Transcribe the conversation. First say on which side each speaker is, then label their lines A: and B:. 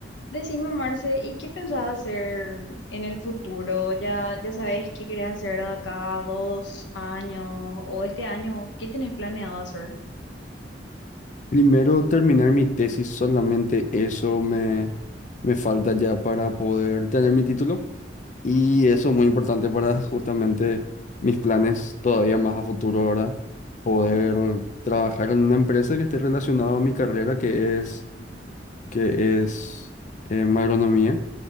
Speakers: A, on the left; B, on the left.
A: Decime, Marce, ¿y qué pensabas hacer en el futuro? ¿Ya, ya sabes qué querés hacer de acá a dos años o este año? ¿Qué tenés planeado hacer?
B: Primero terminar mi tesis, solamente eso me, me falta ya para poder tener mi título y eso es muy importante para <laughs> justamente mis planes todavía más a futuro, ¿verdad? Poder
A: Ujú.
B: trabajar en una empresa que esté relacionada a mi carrera, que es, que es em, agronomía